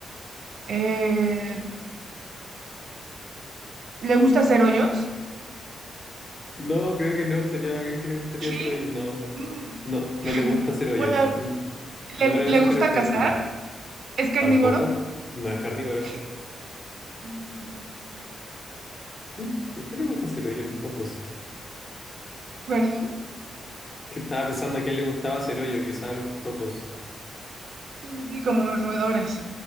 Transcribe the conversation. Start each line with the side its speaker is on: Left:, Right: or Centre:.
Right: eh, ¿Le gusta hacer hoyos?
Left: No, creo que no, sería bacán que les gustaría
Right: ¿Qué?
Left: hacer hoyos. No, no,
Right: Mm,
Left: no, no
Right: <laughs>
Left: les gusta hacer hoyos.
Right: Bueno,
Left: Mm. No
Right: ¿le,
Left: es una
Right: le
Left: de sus
Right: gusta
Left: características.
Right: cazar? ¿Es carnívoro?
Left: Tampoco, no es carnívoro.
Right: ¿Qué?
Left: <laughs>
Right: Mm,
Left: Mm, ¿A qué le gusta hacer hoyo a los topos?
Right: ¿Perdón?
Left: Que Estaba pensando a quién le gustaba hacer hoyo, quizás a los topos.
Right: Sí, sí, sí, como los roedores.